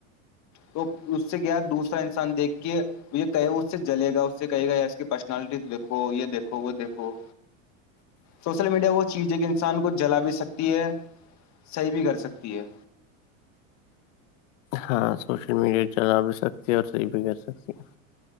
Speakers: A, on the left; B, on the left.
A: تو اس سے گیا دوسرا انسان دیکھ کے یہ کہ اس سے جلے گا اس سے کہے گا یا اس کی پرسنالٹی دیکھو یہ دیکھو وہ دیکھو
B: <inaudible>
A: سوشل میڈیا وہ چیز ہے کہ انسان کو جلا بھی سکتی ہے صحیح بھی کر سکتی ہے
B: ہاں سوشل میڈیا چلا بھی سکتی ہے اور صحیح بھی کر سکتی ہیں